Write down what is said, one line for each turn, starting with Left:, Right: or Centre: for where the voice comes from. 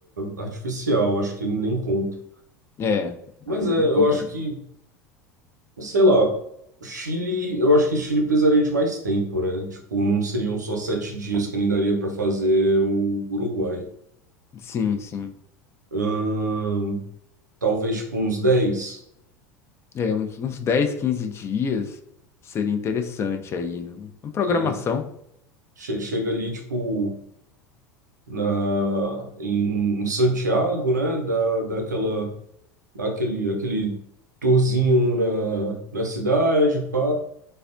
Right: artificial, acho que nem conta.
Left: É,
Right: Mas
Left: aí
Right: é,
Left: nem
Right: eu
Left: conta
Right: acho
Left: mesmo.
Right: que Sei lá, o Chile, eu acho que o Chile precisaria de mais tempo, né? Tipo, não seriam só sete dias que nem daria pra fazer o Uruguai.
Left: Sim, sim.
Right: Ahn, talvez, tipo, uns dez.
Left: É, uns, uns 10, 15 dias seria interessante aí, no- uma programação.
Right: É, che- chega ali, tipo, na, em, em Santiago, né? Dá, dá aquela, dá aquele, aquele tourzinho na, na cidade, pá.